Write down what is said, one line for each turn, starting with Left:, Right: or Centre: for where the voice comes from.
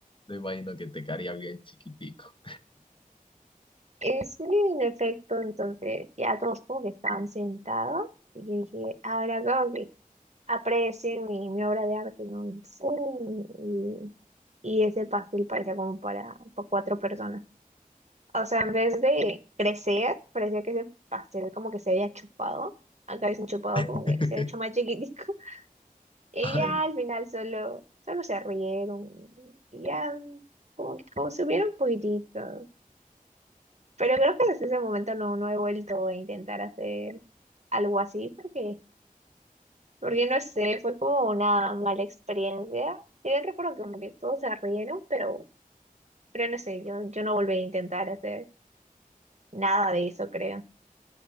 Left: Me imagino que te caería bien chiquitico.
Right: eh, sí, en efecto, entonces ya todos como que estaban sentados. Y yo dije, ahora como que aprecien mi, mi obra de arte, ¿no? Y, pum, y- y ese pastel parecía como para, para cuatro personas. O sea, en vez de crecer, parecía que ese pastel como que se había chupado. Acá dicen chupado
Left: <laughs>
Right: como que se había hecho más chiquitico. <laughs> Y
Left: Ay,
Right: ya al final solo, solo se rieron. Y ya como que como subieron un poquitito. Pero creo que desde ese momento no, no he vuelto a intentar hacer algo así porque, porque no sé, fue como una mala experiencia. Y yo recuerdo que como que todos se rieron, pero, pero no sé, yo, yo no volví a intentar hacer nada de eso, creo.